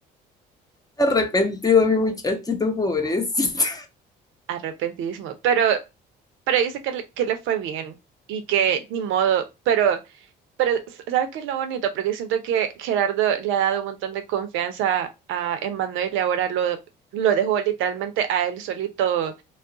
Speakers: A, on the left (about 20°); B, on the right (about 75°).
A: Arrepentido mi muchachito pobrecito.
B: Arrepentidísimo. Pero, pero dice que le, que le fue bien y que ni modo, pero... Pero, s- ¿sabes qué es lo bonito? Porque siento que Gerardo le ha dado un montón de confianza a Emmanuel y ahora lo, lo dejó literalmente a él solito